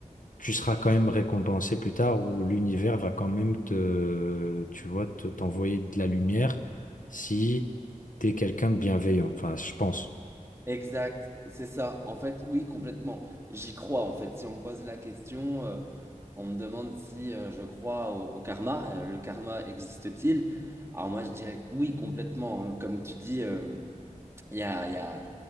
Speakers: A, on the left; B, on the right.
A: tu seras quand même récompensé plus tard ou l'univers va quand même te, tu vois, te- t'envoyer de la lumière si tu es quelqu'un de bienveillant, enfin, je pense.
B: Exact, c'est ça. En fait, oui, complètement. J'y crois, en fait. Si on me pose la question, euh, on me demande si euh, je crois au, au karma, euh, le karma existe-t-il? Alors moi, je dirais que oui, complètement. hein. Comme tu dis, euh, il y a, il y a-